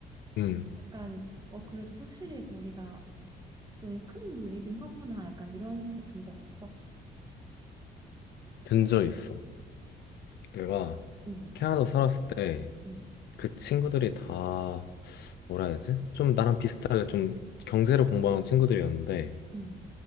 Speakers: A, on the left (about 75°); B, on the right (about 25°).
A: 음,
B: 약간 어 그래도 확실히 거기가 좀 큰 무리긴 하구나 약간 이런 생각 든 적 없어?
A: 든 적 있어. 내가
B: 응,
A: 캐나다 살았을 때
B: 응,
A: 그 친구들이 다 뭐라 해야지? 좀 나랑 비슷하게 좀 경제를 공부하는 친구들이었는데
B: 응,